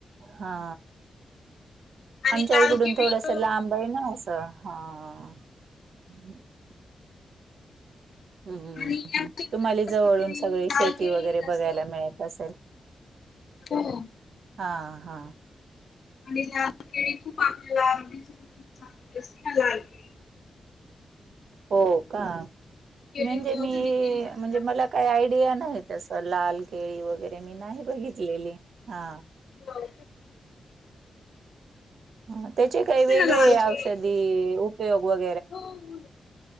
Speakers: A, on the right; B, on the left.
A: हा
B: आणि
A: आमच्या
B: लाल
A: इकडून
B: केळी
A: थोडस
B: तर
A: लांब आहे ना
B: हो
A: असं हा <inaudible> हम्म हम्म
B: आणि आमच्या
A: हम्म
B: इकडे
A: तुम्हाला जवळून सगळी
B: लाल
A: शेती
B: केळी
A: वगैरे
B: जास्त
A: बघायला मिळत असेल
B: हो
A: हा हा
B: आणि लाल केळी खूप आपल्याला आरडीच खूप चांगली असते ना लाल केळी
A: हो का
B: केळीची
A: म्हणजे मी
B: औषधी केली जातात.
A: म्हणजे मला काही आयडिया नाही तस लाल केळी वगैरे मी नाही बघितलेली हा
B: हो
A: ह त्याचे काही
B: असते
A: वेगळे
B: ना लाल
A: औषधी
B: केळी
A: उपयोग वगैर
B: हो हो